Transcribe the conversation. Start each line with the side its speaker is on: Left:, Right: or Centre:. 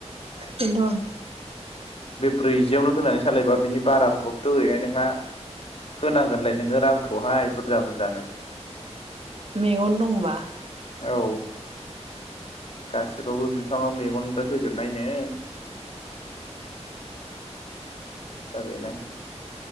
Right: बेनथ'।
Left: ब्रैजियावनो होनानै सालायबा बिनि बारा हमबावखौथ' ओरैहाय नोंहा होनांगोनलाय नोङो रांखौहाय बुरजा बुरजानो।
Right: मेगन दंबा।
Left: औ गासिबावबो बिफांआव मेगन बो होजोबनायनो। ताबायना।